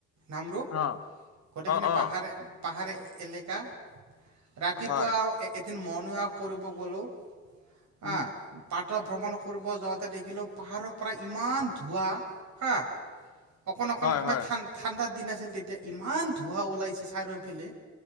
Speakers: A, on the right (about 65°); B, on the left (about 55°).
A: নামৰূপ
B: অ'।
A: গোটেইখিনি
B: অ অ
A: পাহাৰ, পাহাৰ এলেকা, ৰাতিপুৱা
B: হয়
A: এদিন মৰ্ণিং ৱাক কৰিব গ'লোঁ, হা
B: উম
A: <unintelligible> ভ্ৰমণ কৰিব যাওঁতে দেখিলোঁ, পাহাৰৰ পৰা ইমান ধোঁৱা হা, অকণ, অকণ
B: হয়
A: তোমাৰ
B: হয়
A: ঠান ঠাণ্ডাত দিন আছিল তেতিয়া ইমান ধোঁৱা ওলাইছে চাইডৰ ফেলে।